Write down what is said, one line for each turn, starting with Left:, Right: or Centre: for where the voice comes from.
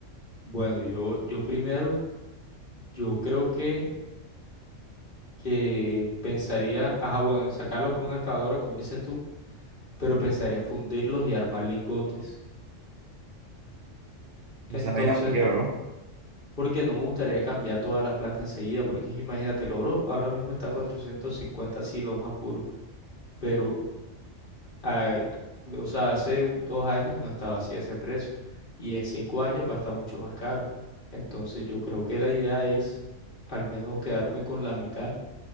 Left: Bueno, yo, yo primero, yo creo que, que pensaría, ajá, bueno, en sacarlos con una excavadora, como dices tú, pero pensaría en fundirlos y armar lingotes. Entonces,
Right: ¿Y esa vaina por qué, bro?
Left: porque no me gustaría cambiar toda la plata enseguida, porque es que imagínate, el oro ahora mismo está a 450 así, lo más puro, pero ah, o sea, hace u- dos años no estaba así ese precio y en cinco años va a estar mucho más caro. Entonces yo creo que la idea es al menos quedarme con la mitad